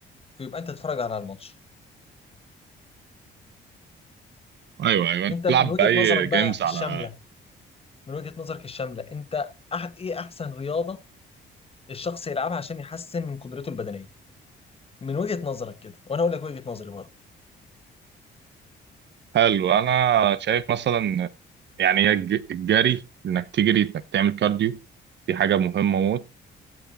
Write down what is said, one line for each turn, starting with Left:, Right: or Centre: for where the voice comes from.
Left: فيبقى انت تتفرج على الماتش
Right: ايوه ايوه انت
Left: انت
Right: بتلعب
Left: من وجهه
Right: باي
Left: نظرك بقى
Right: جيمز
Left: الشامله
Right: على
Left: من وجهة نظرك الشاملة انت أح ايه احسن رياضة الشخص يلعبها عشان يحسن من قدرته البدنية من وجهة نظرك كده وانا اقول لك وجهة نظري برضه
Right: حلو انا شايف مثلا يعني الج- الجري انك تجري انك تعمل كارديو دي حاجه مهمه موت